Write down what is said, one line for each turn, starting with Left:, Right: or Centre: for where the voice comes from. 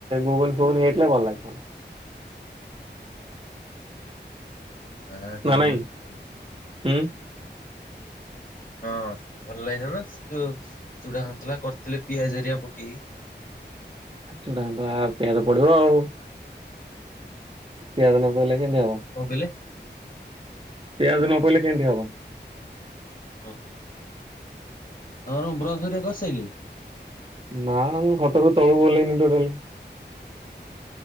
Right: ଗୁଗଲ ଫୁଗଲ ହେଇଥିଲେ ଭଲ ହେଇଥାନ୍ତା।
Left: ହଁ ହେଇନଥିଲା
Right: ନା ନାଇଁ ହୁଁ।
Left: ହଁ ଭଲ ଲାଗିଥାନ୍ତା ସେ ଚୁଡ଼ା ସନ୍ତୁଳା କରିଥିଲେ ପିଆଜହେରିକା ପକେଇକି।
Right: ଚୁଡ଼ା ସନ୍ତୁଳା ପିଆଜ ପଡ଼ିବ ଆଉ। ପିଆଜ ନପଇଲେ କେମତି ହବ?
Left: କଣ କହିଲେ?
Right: ପିଆଜ ନ ପଇଲେ କେମତି ହବ?
Left: ହଁ। ହଁର ମୁ ବ୍ରଆ କସେଇଲିି।
Right: ନା ମୁଁ ଖଟ ର ତଳୁକୁ ଓଲ୍ହେଇଁବିନି ଟୋଟାଲି।